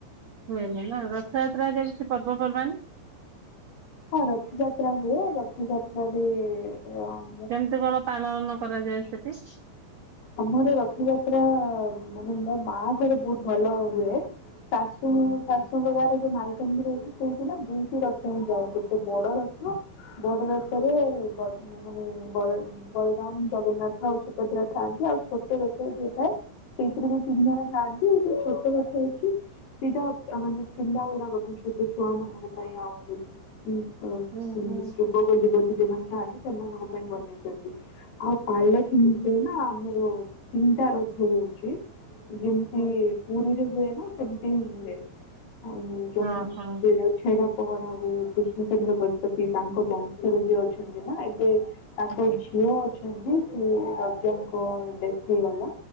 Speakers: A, on the right; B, on the left.
A: ହୁଏନି ନା ରଥଯାତ୍ରା ଯେ କିଛି ପର୍ବପର୍ବାଣି।
B: ହଁ ରଥଯାତ୍ରା ହୁଏ ରଥଯାତ୍ରା ଏ ଆଁ।
A: କେମିତି କଣ ପାଳନ କରାଯାଏ ସେଠି।
B: ଆମର ରଥଯାତ୍ରା ମାନେ ମୋ ମା ଘରେ ବହୁତ ଭଲ ହୁଏ। ଶାଶୁ
A: ହୁଁ
B: ଶାଶୁଙ୍କ ଗାଁ ରେ ଯୋଉ ମାଲକାନଗିରି ଅଛି। ସେଇଟି ନା ଦୁଇଟି ରଥ ହିଁ ଯାଏ ଗୋଟେ ବଡ ରଥ ବଡରଥରେ ବ ମାନେ ବଲ ବଳରାମ ଜଗନ୍ନାଥ ଶୁ ଭଦ୍ରା ଥାଆନ୍ତି ଆଉ ଛୋଟ ରଥ ଯୋଉ ଥାଏ ସେଇଥିରେ ବିଁ ତିନି ଜଣ ଥାଆନ୍ତି ଏଇ ଯୋଉ ଛୋଟ ରଥ ଅଛି ସେଇଟା ମାନେ ପିଲା ଗୁଡାକ ଛୋଟ ଛୁଆ ମାନଙ୍କ ପାଇଁ ଆଉ ଏ ଯୋ <unintelligible>
A: ହୁଁ ହୁଁ
B: ଯୁବକ ଯୁବ ଯୋଉମାନେ ଥାଆନ୍ତି ସେମାନଙ୍କ ପାଇଁ ବନେଇଚନ୍ତି ଆଉ ପାଲେ ଙ୍କିରେ ନା ଆମର ତିନିଟା ରଥ ହଉଚି ଯେମତି
A: ହୁଁ
B: ପୁରୀରେ ହୁଏ ନା ସେମିତି ହିଁ ହୁଏ ଆଉ <unintelligible>
A: ଓହୋ
B: ଛେଡ଼ା ପହରା ହୁଏ କୃଷ୍ଣଚନ୍ଦ୍ର ଗଜପତି ତାଙ୍କ ବଂଶର ଯିଏ ଅଛନ୍ତି ନା ଏବେ ତାଙ୍କ ଝିଅ ଅଛନ୍ତି। ସେ ରାଜାଙ୍କ ଡେଥ ହେଇଗଲା